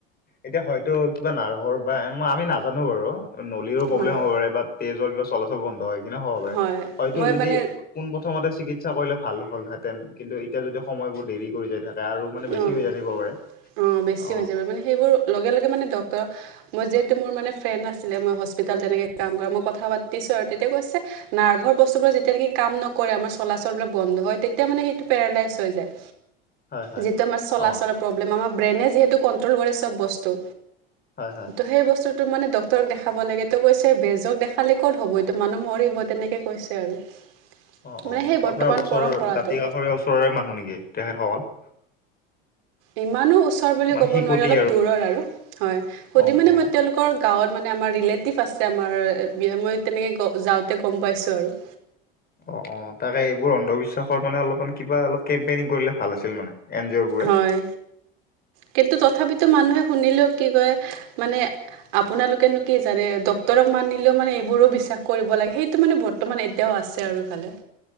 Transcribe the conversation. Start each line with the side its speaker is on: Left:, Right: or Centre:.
Left: এতিয়া হয়টো কিবা নাৰ্ভৰ বা মই আমি নাজানো বাৰু। নলীৰো প্ৰব্লেম
Right: হয়
Left: হ'ব পাৰে, বা তেজৰ কিবা চলাচল বন্ধ হৈ কিনেও হ'ব পাৰে।
Right: হয়
Left: হয়টো
Right: মই
Left: যদি
Right: মানে
Left: পোনপ্ৰথমতে চিকিৎসা কৰিলে ভাল হ'লহেঁতেন, কিন্তু এতিয়া যদি সময়বোৰ দেৰি কৰি যায় তাহ তে আৰু মানে বেছি
Right: অঁ
Left: হৈ যায় থাকিব পাৰে,
Right: অঁ বেছি
Left: অ।
Right: হৈ যাব মানে সেইবোৰ লগে, লগে মানে ডাক্তৰক মই যিহেতু, মোৰ মানে ফ্ৰেণ্ড আছিলে মই হস্পিতল তেনেকে কাম কৰা, মই কথা পাতিছোঁ আৰু তেতিয়া কৈছে নাৰ্ভাৰ বস্তুবোৰ যেতিয়া নেকি কাম নকৰে, আমাৰ চলাচলবিলাক বন্ধ হয়, তেতিয়া মানে সেইটো পেৰালাইজ হৈ যায়।
Left: হয় হয়।
Right: যিটো আমাৰ চলা
Left: অ
Right: চলৰ প্ৰব্লেম, আমাৰ ব্ৰেইনে যিহেতু কন্ট্ৰল কৰে চব বস্তু
Left: হয় হয়
Right: ত' সেই বস্তু টো মানে ডাক্তৰক দেখাব লাগে ত' কৈছে, বেজক দেখালে ক'ত হ'ব এইটো, মানুহ মৰিব তেনেকে কৈছে আৰু।
Left: অ,
Right: মানে
Left: অ।
Right: সেই বৰ্তমান
Left: আপোনাৰ ওচৰৰ
Right: পৰম্পৰাটো
Left: দাঁতি কাষৰীয়া ওচৰৰে মানুহ নেকি, তেখেতসকল?
Right: ইমানো ওচৰ বুলি
Left: মানে
Right: ক'ব
Left: শিশুটি
Right: নোৱাৰি, অলপ দূৰৰ আৰু হয়। সুধি
Left: অ
Right: মানে
Left: অ
Right: মই তেওঁলোক গাঁৱত মানে আমাৰ ৰিলেটিভ আছে আমাৰ বিয়া মই তেনেকৈ যাওঁতে গম পাইছোঁ আৰু।
Left: <inaudible> অ', অ', তাকে এইবোৰ অন্ধবিশ্বাসৰ মানে অলপমান কিবা অলপ কেম্পেইনিং কৰিলে ভাল আছিল মানে। এন জি অ' বোৰে।
Right: হয় কিন্তু তথাপিতো মানুহে শুনিলেও কি কয় মানে আপোনালোকেনো কি জানে ডক্তৰক মানিলেও মানে এইবোৰো বিশ্বাস কৰিব লাগে সেইটো মানে বৰ বৰ্তমান এতিয়াও আছে আৰু ইফালে।